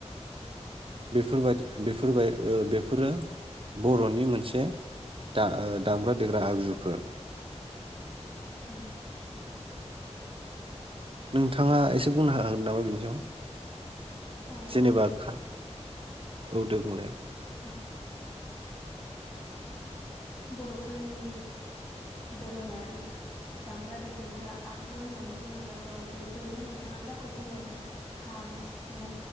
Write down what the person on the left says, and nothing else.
औ
अ ओं
ओं बर'फोरनि दोरोङारि दामग्रा देगग्रा आगजु होननानै बुङोब्लाथ' बेफोरनो नोंथाङा जाखौ बुंलांदों खाम सिफुं